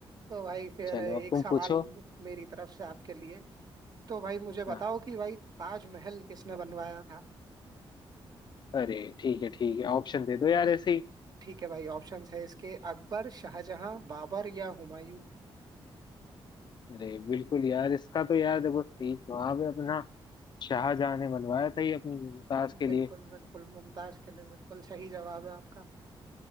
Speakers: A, on the right; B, on the left.
A: तो भाई फिर
B: चलो
A: एक
B: अब तुम
A: सवाल
B: पूछो
A: मे- मेरी तरफ से आपके लिए तो भाई मुझे बताओ
B: हाँ
A: कि भाई ताजमहल किसने बनवाया था
B: अरे ठीक है ठीक है ऑप्शन दे दो यार ऐसे ही
A: ठीक है भाई ऑप्शंस है इसके अकबर शाहजहां बाबर या हुमायूं
B: अरे बिल्कुल यार इसका तो यार देखो सही जवाब है अपना शाहजहां ने बनवाया था ये अपनी मुमताज के लिए
A: बिल्कुल बिल्कुल मुमताज के लिए बिल्कुल सही जवाब है आपका